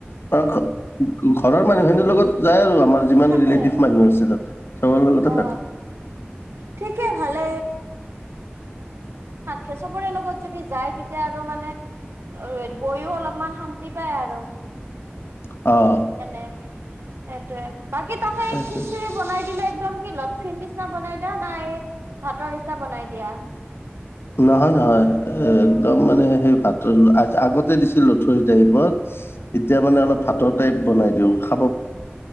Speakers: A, on the left; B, on the right.
A: চ <unintelligible> ঘৰৰ মানুহখেনিৰ লগত যায় আৰু আমাৰ যিমান
B: থাকে
A: ৰিলেটিভ
B: আৰু
A: মানুহ আছে, তাতে চবৰ লগতে
B: অ
A: থাকে।
B: ঠিকে ভালে কেচবৰে লগত যদি যায়, তেতিয়া আৰু মানে অ' বহিও অলপমান শান্তি পায় আৰু। উ <unintelligible>
A: অ',
B: সেইটোৱে। বাকী তাকে
A: সেইটোৱে
B: খিচিৰি বনাই দিলে একদম কি লথীৰ নিচিনা বনাই দিয়া নাই ভাতৰ নিচিনা বনাই দিয়া?
A: নহয়-নহয়, এ একদম মানে সেই ভাতৰ আগতে দিছিল লথৰি টাইপত, এতিয়া মানে অলপ ভাতৰ টাইপ বনাই দিওঁ, খাপ